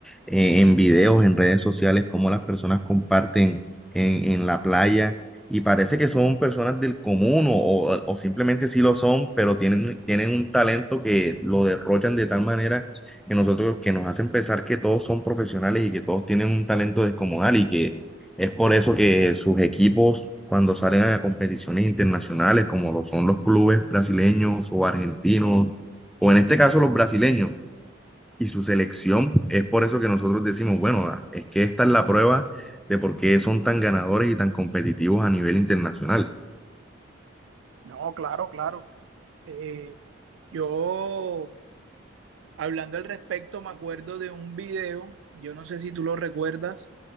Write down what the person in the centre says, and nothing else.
eh, en videos, en redes sociales, cómo las personas comparten en, en la playa y parece que son personas del común o, o- simplemente sí lo son, pero tienen, tienen un talento que lo derrochan de tal manera que nosotros, que nos hacen pensar que todos son profesionales y que todos tienen un talento descomunal y que es por eso que sus equipos, cuando salen a competiciones internacionales, como lo son los clubes brasileños o argentinos, o en este caso los brasileños, y su selección, es por eso que nosotros decimos, bueno, ah, es que esta es la prueba de por qué son tan ganadores y tan competitivos a nivel internacional.